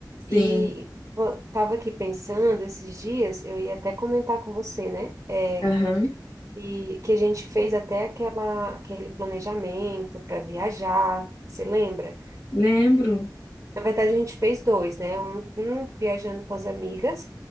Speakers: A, on the right (about 35°); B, on the left (about 65°).
A: E
B: Sim,
A: eu tava aqui pensando esses dias, eu ia até comentar com você, né, é,
B: aham,
A: e que a gente fez até aquela, aquele planejamento para viajar, você lembra?
B: Lembro,
A: Na verdade, a gente fez dois, né? Um, um viajando com as amigas